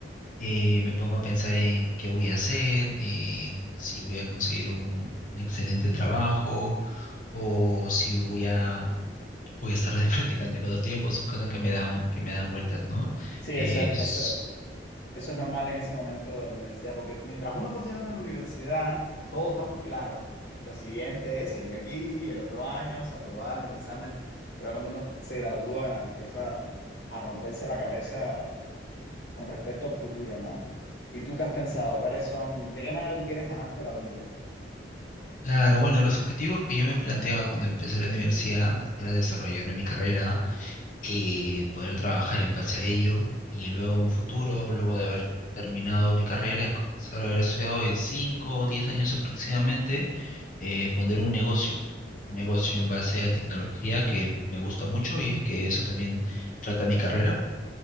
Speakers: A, on the left; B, on the left.
A: eh, me pongo a pensar en qué voy a hacer, en si voy a conseguir un, un excelente trabajo o si voy a, voy a estar de <laughs> practicante cada tiempo, son cosas que me dan, que me dan vueltas, ¿no?
B: sí, eso
A: Es,
B: es, eso, eso es normal en ese momento de la universidad, porque mientras uno está estudiando en la universidad, todo está muy claro. Lo siguiente es seguir aquí, el otro año, es aprobar los exámenes, pero cuando uno se gradúa empieza a romperse la cabeza con respecto al futuro, ¿no? ¿Y tú qué has pensado? ¿Cuáles son, de qué manera tú quieres ganarte la vida?
A: Claro, bueno, los objetivos que yo me planteaba cuando empecé la universidad era desarrollarme en mi carrera, y poder trabajar en base a ello y luego un futuro, luego de haber terminado mi carrera, comenzar a haber estudiado en 5 o 10 años aproximadamente, eh, poner un negocio, un negocio en base a tecnología que me gusta mucho y que eso también trata mi carrera.